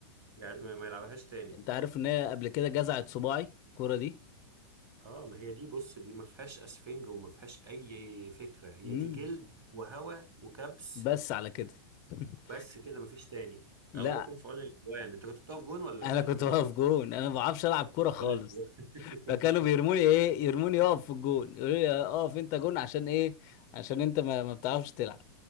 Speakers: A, on the right; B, on the left.
A: يعني ما ما يلعبهاش تاني
B: انت عارف ان هي قبل كده جزعت صباعي الكوره دي
A: اه ما هي دي بص دي ما فيهاش اسفنج وما فيهاش اي فكره هي
B: مم.
A: دي جلد وهوا وكبس
B: بس على كده <laughs>
A: بس كده ما فيش تاني
B: لا
A: الله يكون في عون الاجوان انت كنت بتقف جون ولا
B: انا
A: ما
B: كنت
A: ولا
B: واقف
A: ما كنتش
B: جون
A: <laughs>
B: انا ما بعرفش العب
A: بتقف
B: كوره خالص
A: في عون الاجوان
B: فكانوا
A: <laughs>
B: بيرموني ايه يرموني اقف في الجون يقولوا لي آه، اقف انت جون عشان ايه عشان انت ما, ما بتعرفش تلعب